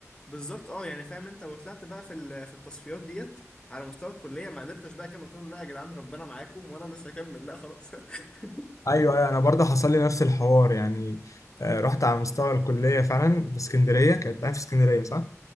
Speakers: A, on the left; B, on the left.
A: بالظبط اه يعني فاهم انت وطلعت بقى في ال- في التصفيات ديت على مستوى الكليه ما قدرتش بقى اكمل قلت لهم لا يا جدعان ربنا معاكم وانا مش هكمل لا خلاص <laughs>
B: ايوه ايوه انا برضه حصل لي نفس الحوار يعني آه، رحت على مستوى الكليه فعلا في اسكندريه كانت أنا في اسكندريه صح